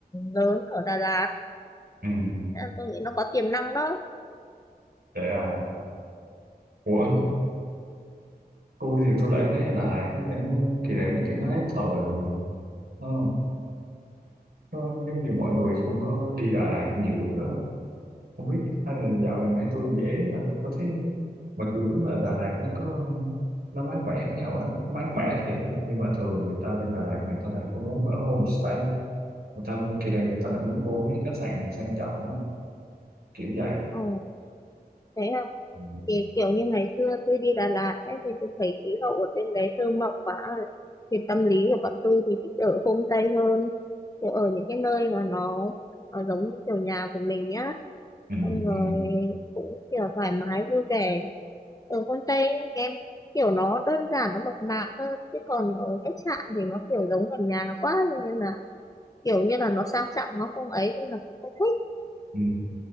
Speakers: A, on the left (about 20°); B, on the right (about 75°).
A: lớn ở Đà Lạt
B: ừ
A: Nên là tôi nghĩ nó có tiềm năng đó
B: để à ủa ờ,
A: ừ.
B: tôi thì tôi lại thấy ở Đà Lạt nó đang nó kỳ này nó kiểu nó hết thời rồi Ờ, nó giống như mọi người không có đi Đà Lạt nhiều nữa không biết hay là dạo gần đây tôi dễ và tôi thấy mặc dù đúng là Đà Lạt nó có nó mát mẻ khí hậu nó mát mẻ thiệt á nhưng mà thường người ta lên Đà Lạt người ta lại không muốn ở homestay người ta kỳ này người ta lại muốn vô mấy cái khách sạn sang trọng á kiểu vậy
A: Ờ, thế
B: ừ,
A: thì kiểu như ngày xưa tôi đi Đà Lạt ấy thì tôi thấy khí hậu ở bên đấy thơ mộng quá thì tâm lý của bọn tôi thì thích ở homestay hơn kiểu ở những cái nơi mà nó, nó giống như kiểu nhà của mình nhá
B: ừ,
A: xong rồi
B: ừ.
A: cũng kiểu thoải mái vui vẻ ở homestay em kiểu nó đơn giản nó mộc mạc hơn chứ còn ở khách sạn thì nó kiểu giống gần nhà quá nên là kiểu như là nó sang trọng nó không ấy nên là cũng không thích
B: ừ.